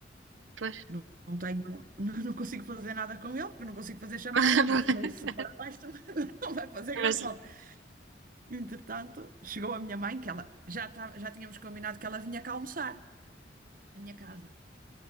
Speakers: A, on the right; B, on the right.
A: Pois.
B: não, não tenho, <laughs> não, não consigo fazer nada com ele, porque não consigo fazer chamadas,
A: <laughs>
B: por isso se der- se for abaixo, <laughs> não vai fazer
A: Mas,
B: grande falta. Entretanto, chegou a minha mãe, que ela já, tá, já tínhamos combinado que ela vinha cá almoçar, à minha casa.